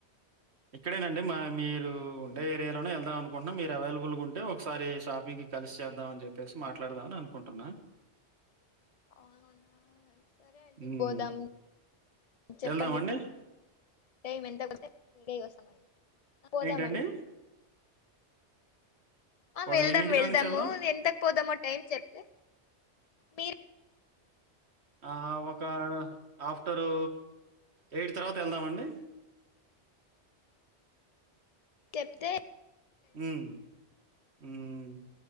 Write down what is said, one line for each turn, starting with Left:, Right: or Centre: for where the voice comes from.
Right: ఇక్కడేనండి మా మీరు ఉండే ఏరియాలోనే వెళ్దాం అనుకుంటున్న మీరు అవైలబుల్గా ఉంటే ఒకసారి షాపింగ్ కలిసి చేద్దాం అని చెప్పేసి మాట్లాడదామని అనుకుంటున్నాను
Left: అను ఉన్నా <unintelligible> సరే అండి
Right: హ్మ్.
Left: పోదాం చెప్పండి
Right: యెళ్దామా అండి?
Left: టైం ఎంతత గై వస్తామండి పోదామండి
Right: ఏంటండి
Left: ఆ
Right: ఉదయం
Left: వెళ్దాం
Right: ఎన్నింటి
Left: వెళ్దాము
Right: కాడ నుంచి యెళ్దాం?
Left: ఎంతకు పోదామో టైం చెప్తే మీర్
Right: ఆ ఒక ఆఫ్టరు ఎయిట్ తర్వాత వెళ్దామండి
Left: అ చెప్తే
Right: ఉమ్